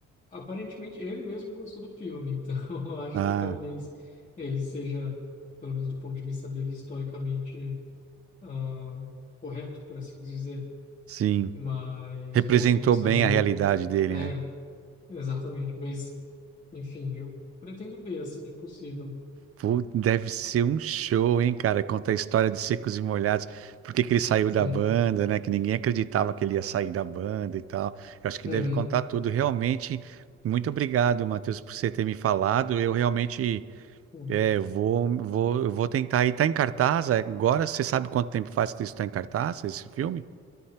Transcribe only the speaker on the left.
Aparentemente ele mesmo gostou do filme, então <laughs> eu acho
que talvez ele seja, pelo menos do ponto de vista dele, historicamente ah, correto, por assim dizer.
Mas,
bom, só vou saber
o momento que. eu-
É,
exatamente. Mas, enfim, eu pretendo ver assim que possível.
Uhum,
uhum,
uhum.